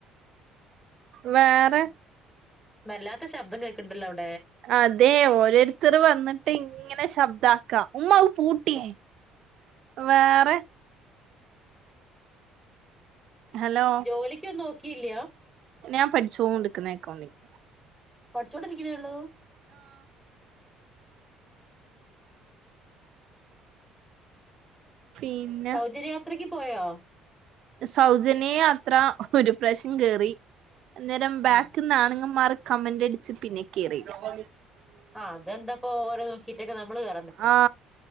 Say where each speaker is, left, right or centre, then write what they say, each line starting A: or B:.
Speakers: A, on the right; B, in the centre.
A: വേറെ
B: വല്ലാത്ത ശബ്ദം കേൾക്ണ്ടല്ലോ അ <unintelligible>
A: അതെ ഓരോരുത്തർ വന്ന്ട്ട്ങ് <unintelligible> ങ്ങനെ ശബ്ദാക്കാ ഉമ്മാ ഔന്ന് പൂട്ടി വേറെ. ഹലോ
B: ജോലിക്കൊന്നും നോക്കിയില്ല
A: ഞാൻ പഠിചോണ്ടിക്കുന്നു അക്കൗണ്ടിങ്ങ്
B: പഠിച്ചോണ്ടിരിക്കുന്നെയുള്ളൂ
A: ഉം പിന്നെ
B: സൗജന്യയാത്രക്ക് പോയോ
A: സൗജന്യയാത്ര ഒരു പ്രാവശ്യം കേറി അന്നേരം
B: ആഹ്
A: ബാക്കിന്നാണുങ്ങന്മാർ കമന്റ് അടിച്ച് പിന്നെ കേറില്ല
B: ആഹ് അതെന്താപ്പോ ഓരെ നോക്കിട്ടൊക്കെ നമ്മള് കേറാൻ നിക്കണം
A: ആ